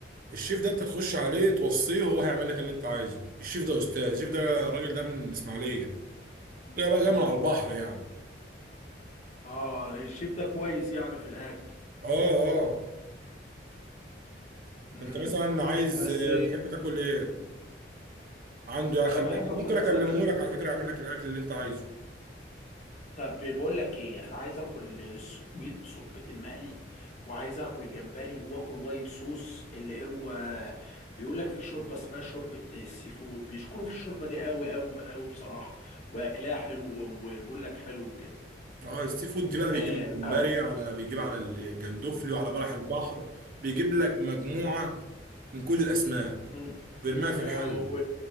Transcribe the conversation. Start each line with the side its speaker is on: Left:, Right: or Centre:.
Right: الشيف ده انت تخش عليه توصيه هو هيعمل لك اللي انت عايزه الشيف ده استاذ الشيف ده الراجل ده من الاسماعيليه جاي بقى جاي من على البحر يعني
Left: اه الشيف ده كويس يعني في الاكل
Right: اه اه
Left: امم
Right: انت مثلا عايز
Left: بس
Right: اه، تحب تاكل ايه عنده يعني
Left: انا
Right: خليك
Left: بحب
Right: انا
Left: اكل
Right: ممكن
Left: مثلا
Right: اكلمه لك على فكره يعمل لك الاكل اللي انت عايزه
Left: طب بقول لك ايه انا عايز اكل الصبيط صبيط المقلي وعايز اكل جمبري واكل وايت صوص اللي هو بيقول لك في شوربه اسمها شوربه السي فود بيشكروا في الشوربه دي قوي قوي قوي بصراحه واكلها حلو وبيقول لك حلو كده
Right: اه السي فود دي بقى بيجيب
Left: آه
Right: الجمبري
Left: او
Right: على بيجيب على الجندوفلي وعلى بلح البحر بيجيب لك مجموعه من كل الاسماك
Left: مم،
Right: ويرميها في
Left: آه
Right: الحل